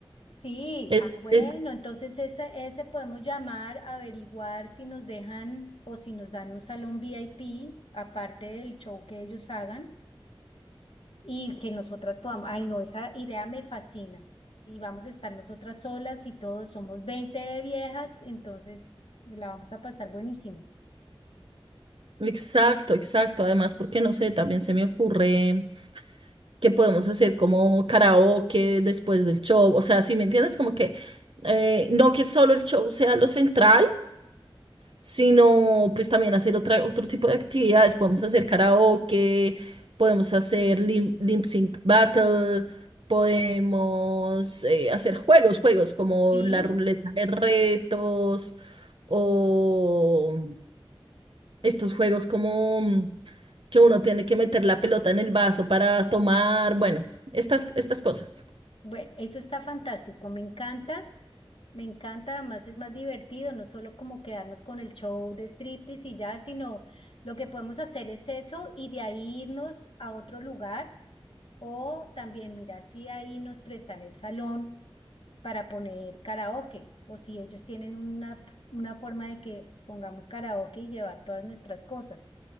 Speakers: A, on the left (about 70°); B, on the right (about 65°).
A: Sí,
B: es,
A: ah, bueno,
B: es
A: entonces ese, ese podemos llamar, averiguar si nos dejan o si nos dan un salón VIP, aparte del show que ellos hagan, y que nosotras podamos. Ay, no, esa idea me fascina. Y vamos a estar nosotras solas y todos somos 20 viejas, entonces la vamos a pasar buenísimo.
B: exacto, exacto. Además, porque no sé, también se me ocurre que podemos hacer como karaoke después del show. O sea, si me entiendes, como que eh, no que solo el show sea lo central, sino pues también hacer otra, otro tipo de actividades. Podemos hacer karaoke, podemos hacer lim- lip sync battle, podemos eh, hacer juegos, juegos como
A: Sí,
B: la ruleta de retos o estos juegos como mm, que uno tiene que meter la pelota en el vaso para tomar, bueno, estas, estas cosas.
A: Bueno, eso está fantástico, me encanta, me encanta, además es más divertido, no solo como quedarnos con el show de striptease y ya, sino lo que podemos hacer es eso y de ahí irnos a otro lugar o también mirar si ahí nos prestan el salón para poner karaoke o si ellos tienen una, f- una forma de que pongamos karaoke y llevar todas nuestras cosas.